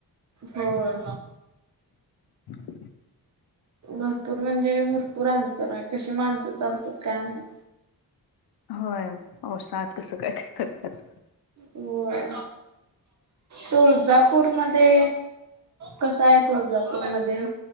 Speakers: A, on the right (about 45°); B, on the left (about 75°).
A: होय
B: <inaudible>
A: भरपूर म्हणजे भरपूर अंतर आहे, कशी माणसं चालतात काय माहित?
B: होय, पावसात कसं काय काय करतात.
A: होय. तुळजापूरमध्ये, कसं आहे तुळजापूरमध्ये